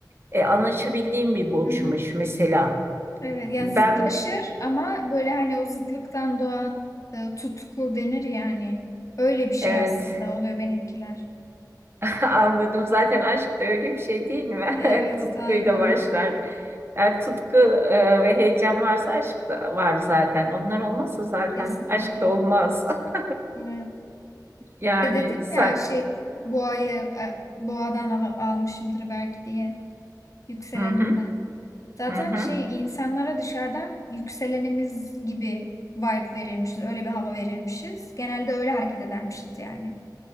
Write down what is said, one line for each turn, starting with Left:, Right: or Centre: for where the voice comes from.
Right: e, anlaşabildiğim bir burçmuş
Left: Hı hı.
Right: mesela.
Left: Evet yani
Right: Ben
Left: zıtlaşır ama böyle hani o zıtlıktan doğan e, tutku denir yani. Öyle bir şey
Right: evet
Left: aslında oluyor benimkiler.
Right: <laughs> anladım. Zaten aşk da öyle bir şey değil mi?
Left: Evet
Right: <laughs> Tutkuyla
Left: aynen
Right: başlar. Yani tutku e, ve heyecan varsa aşk da var zaten. Onlar olmazsa zaten
Left: kesinlikle.
Right: aşk da olmaz. <laughs>
Left: Evet.
Right: Yani
Left: Bir de dedin
Right: sen.
Left: ya şey boğayı e, boğadan al almışımdır belki diye yükseleninden.
Right: Hı hı,
Left: Zaten
Right: hı hı.
Left: şey insanlara dışarıdan yükselenimiz gibi vibe verilmişiz. Öyle bir hava verilmişiz. Genelde öyle hareket edermişiz yani.